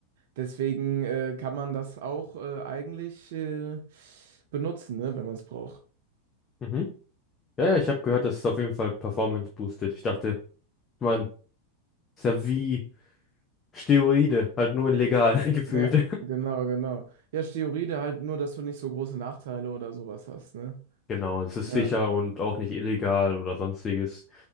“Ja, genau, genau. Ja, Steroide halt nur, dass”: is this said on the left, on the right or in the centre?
Right